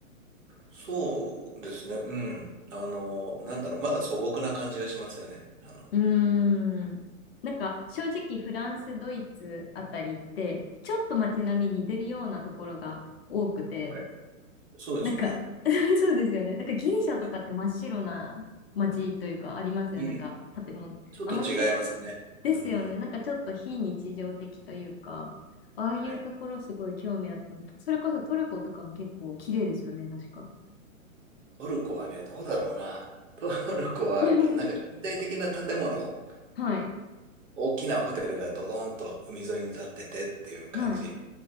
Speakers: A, on the right; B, on the left.
A: そうですね、うん。あの、なんだろう、まだ素朴な感じがしますよね。あの、
B: うーん。なんか正直フランス、ドイツあたりって、ちょっと街並み似てるようなところが多くて、
A: はいそうですね。
B: なんか <laughs> そうですよね。なんかギリシャとかって真っ白な街というかありますよね。
A: うん。うん。
B: なんか建物。
A: ちょっと違いますね。
B: ああいう、ですよね。
A: うん。
B: なんかちょっと非日常的というか、ああいうところすごい興味あった。
A: はい。
B: それこそトルコとかも結構綺麗ですよね、確か。
A: トルコはね、どうだろうな。トルコは、
B: <laughs>
A: なんか近代的な建物
B: はい。
A: 大きなホテルがドドーンと海沿いに立っててっていう感じ。
B: はい。